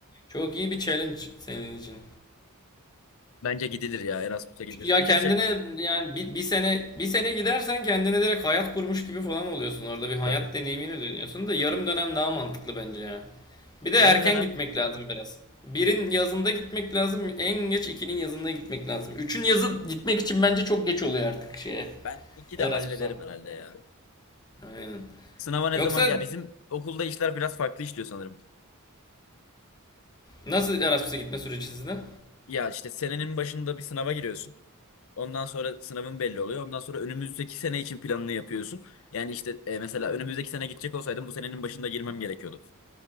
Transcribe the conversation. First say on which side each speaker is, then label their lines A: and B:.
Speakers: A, on the left; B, on the left.
A: Çok iyi bir challenge senin için.
B: Bence gidilir ya Erasmus'a gidilir.
A: Çünkü ya
B: Bir
A: kendine
B: de şey
A: yani bir, bir sene bir sene gidersen kendine direkt hayat kurmuş
B: Hı,
A: gibi falan oluyorsun. Orada bir hayat
B: tabii.
A: deneyimini dönüyorsun da yarım dönem daha mantıklı bence ya. Bir de
B: Yarım
A: erken
B: dönem
A: gitmek lazım biraz. Birin yazında gitmek lazım. En geç ikinin yazında gitmek lazım. Üçün yazı gitmek için bence çok geç oluyor artık şeye.
B: ben iki de
A: Erasmus'a.
B: hallederim herhalde ya.
A: Aynen.
B: Sınava ne
A: Yoksa
B: zaman ya bizim okulda işler biraz farklı işliyor sanırım.
A: nasıl Erasmus'a gitme süreci sizde?
B: Ya işte senenin başında bir sınava giriyorsun. Ondan sonra sınavın belli oluyor. Ondan sonra önümüzdeki sene için planını yapıyorsun. Yani işte e, mesela önümüzdeki sene gidecek olsaydım bu senenin başında girmem gerekiyordu.